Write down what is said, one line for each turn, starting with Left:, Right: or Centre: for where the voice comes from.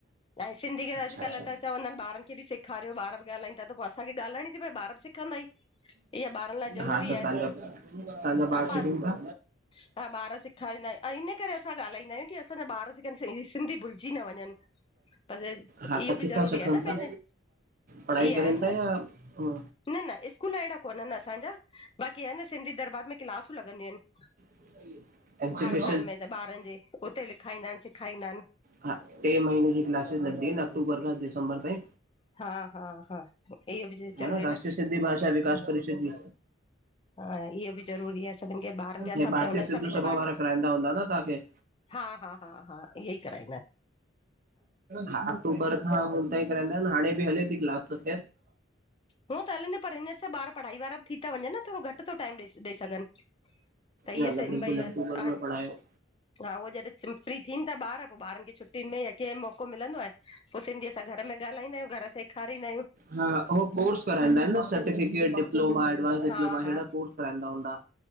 Left: ऐं सिंधी अॼुकल्ह
Right: अच्छा अच्छा
Left: त चवंदा हिनि ॿारन खे बि सेखारियो ॿार बि ॻाल्हाईनि ता त पो असांखे ॻाल्हाइणी ती पए ॿार बि सिखंदा ई इह्या ॿारनि लाए ज़रूरी
Right: हा त
Left: आहे
Right: तव्हांजा तव्हांजा ॿार
Left: हा
Right: सिखनि
Left: पांण
Right: था
Left: हा ॿार सेखारींदा ई ऐं इन्ह करे असां ॻाल्हाईंदा आहियूं की असांजा ॿार सिखनि सि सिंधी भुलिजी न वंञंनि पर इह्यो
Right: हा त किथां
Left: बि ज़रूरी
Right: सिखनि
Left: आहे न
Right: था
Left: पंहिंजे
Right: पढ़ाई
Left: इहे
Right: करेनि
Left: आहिनि
Right: ता या हो?
Left: न न स्कूल अहिड़ा कोन्हनि असांजा बाक़ी आहे न सिंधी दरबार में क्लासूं लॻंदियु आइनि।
Right: <inaudible>
Left: में त ॿारनि जे उते लिखाईंदा इनि सिखाइदा इनि।
Right: हा ट्रे महीने ज्यूं क्लासिस लॻदी हिनि अक्टूबर खां दिसंबर ताईं।
Left: हा हा हा इहो बि ज़रूरी
Right: है न, राष्ट्रीय
Left: आहे
Right: सिंधी भाषा विकास करे छंदी।
Left: हा इहे बि ज़रूरी आ, सभिन खे ॿारन खे
Right: हे
Left: असां
Right: भारतीय
Left: बि चवंदायूं
Right: सिंधू
Left: सभिन
Right: सभा
Left: जा ॿार
Right: वारा कराईंदा हूंदा न तव्हांखे
Left: हा हा हा हा, इहेई कराईंदा इन।
Right: हा, अक्टूबर खां हुन ताईं कराईंदा इन, हाणे बि हले पी क्लास त
Left: हूअं त हले न, पर हींअर छा ॿार पढ़ाई वारा बि थी ता वञन न थोड़ो घट घट थो, टाइम ॾई ॾेई सघन, त इहे
Right: न न
Left: सेमभई
Right: बिल्कुलु
Left: हा,
Right: अक्टूबर में पढ़ायो
Left: उहो जॾहिं फ्री थीन था ॿार, पो ॿारन खे छुटियुनि में या कैं मौको मिलंदो आहे। पो सिंधी असां घर में ॻाल्हाईंदायूं, घरां सेखारींदायूं।
Right: हा उहो कोर्स कराईंदा इन न, सर्टिफ़िकेटि डिप्लोमा एडवांस डिप्लोमा
Left: हा हा
Right: हेॾा कोर्स कंदा हूंदा,